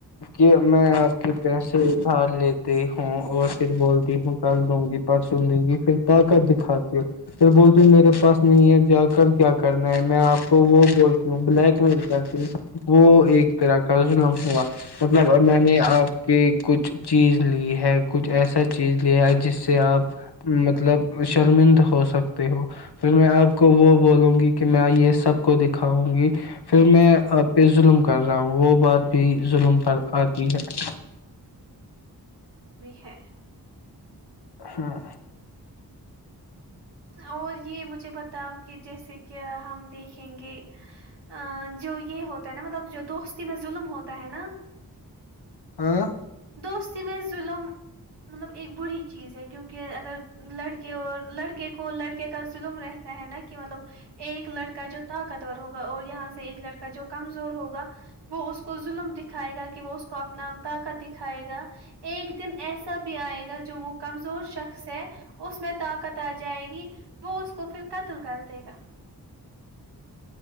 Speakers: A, on the left; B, on the right.
A: کہ میں آپ کے پیسے ابھار لیتے ہوں اور پھر بولتی ہوں کر دوں گی پرسن لوں گی پھر طاقت دکھاتی ہوں پھر بولتی ہوں میرے پاس نہیں ہے جا کر کیا کرنا ہے میں آپ کو وہ بولتی ہوں بلیک میل کرتی ہوں وہ
B: جی
A: ایک تور کا ہوا مطلب میں نے آپ کے کچھ چیز لی ہے کچھ ایسا چیز لیا ہے جس سے آپ مطلب شرمند ہو سکتے ہو پھر میں آپ
B: جی
A: کو وہ بولوں گی کہ میں یہ سب کو دکھاؤں گی پھر
B: اچھا
A: میں آپ پے ظلم کر رہا ہوں وہ بات بھی ظلم پر آتی ہے
B: ہےھ
A: ہاں
B: اور یہ مجھے بتاؤ کہ جیسے کہ ہم دیکھیں گے ہاں جو یہ یہ ہوتا ہے نا مطلب جو دوست میں ظلم ہوتا ہے نا
A: ہاں
B: کوی میں ظلم مطلب ایک بری چیز ہے کیونکہ اگر لڑکے اور لڑکے کو لڑکے کا ظلم رہتا ہے نا کہ مطلب ایک لڑکا جو طاقتور ہوگا اور یہاں سے ایک لڑکا جو کمزور ہوگا وہ اس کو ظلم دکھائے گا کہ وہ اس کو اپنا طاقت د دکھائے گا ایک دن ایسا بھی آئے گا جو وہ کمزور شخص ہے اس میں طاقت آ جائے گی وہ اس کو پھر قتل کر دے گا